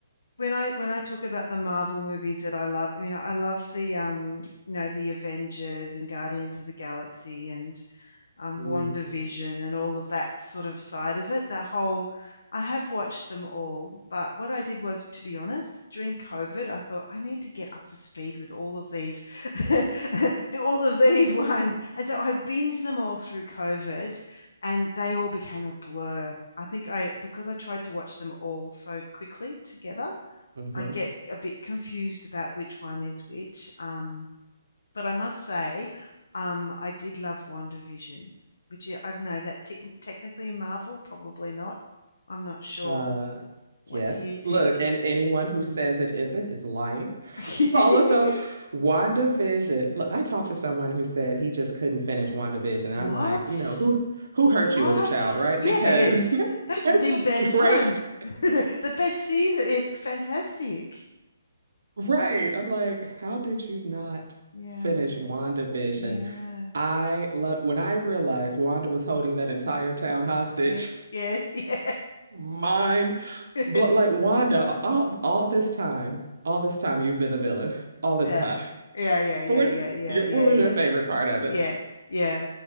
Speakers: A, on the left (about 85°); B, on the right (about 70°).
A: when I when I talk about the Marvel movies that I love, you know, I love the um, you know, the Avengers and Guardians of the Galaxy and um,
B: hmm
A: WandaVision and all of that sort of side of it. The whole, I have watched them all, but what I did was, to be honest, during COVID, I thought I need to get up to speed with all of these, <laughs> all of these <laughs> ones, and so I binged them all through COVID, and they all became a blur. I think I because I tried to watch them all so quickly together,
B: hmm
A: I get
B: <laughs>
A: a bit confused about which one is which. Um, but I must say, um, I did love WandaVision, which I don't know, is that tec- technically a Marvel? Probably not. I'm not sure.
B: Uh,
A: What
B: yes.
A: do you think?
B: Look, and anyone who says it isn't is lying.
A: <laughs>
B: <laughs> It's All of the WandaVision. Look, I talked to someone who said he just couldn't finish WandaVision, and
A: What?
B: I'm like, you know, who who hurt
A: What?
B: you as a child, right?
A: Yes,
B: Because <laughs> that's
A: that's
B: that's
A: the
B: what's
A: best
B: great.
A: one.
B: <laughs>
A: <laughs> The best season. It's fantastic.
B: Right. I'm like, how did you not
A: Yeah,
B: finish WandaVision?
A: yeah.
B: I loved when I realized Wanda was holding that entire town hostage.
A: Yes, yes, yeah.
B: <laughs> Mine
A: <laughs>
B: But like Wanda, all all this time, all this time you've been a villain. All this
A: Yeah,
B: time. <laughs>
A: yeah, yeah, yeah,
B: what
A: yeah, yeah,
B: your
A: yeah,
B: what was
A: yeah.
B: your favorite part of it?
A: Yeah, yeah.